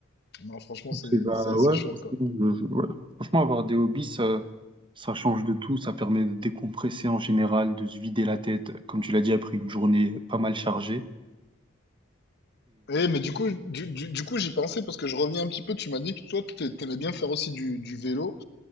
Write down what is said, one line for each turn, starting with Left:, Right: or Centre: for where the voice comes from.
Left: Non, franchement,
Right: Ok,
Left: c'est
Right: bah
Left: c'est assez
Right: ouais,
Left: chouette,
Right: franchement,
Left: quoi.
Right: je- je- ouais. Franchement, avoir des hobbies, ça, ça change de tout, ça permet de décompresser en général, de se vider la tête, comme tu l'as dit, après une journée pas mal chargée.
Left: Eh, mais du coup, du, du- du coup, j'y pensais parce que je reviens un petit peu. Tu m'as dit que toi, t'a- t'aimais bien faire aussi du, du vélo.